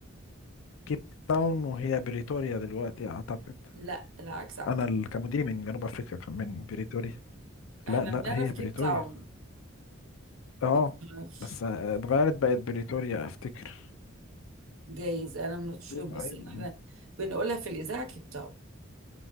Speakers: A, on the left (about 70°); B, on the right (about 80°).
A: كيب تاون وهي بريتوريا دلوقتي أعتقد
B: لا العكس اعتقد
A: أنا ال- كمدير من جنوب أفريقيا كان من بريتوريا
B: احنا
A: لا لا
B: بنعرف
A: هي
B: كيب
A: بريتوريا
B: تاون
A: أه
B: بس ما نعرفش
A: بس آه، اتغيرت بقت بريتوريا أفتكر
B: جايز انا من شور
A: أيوة
B: بس
A: أيوة
B: إن احنا بنقولها في الاذاعه كيبتاو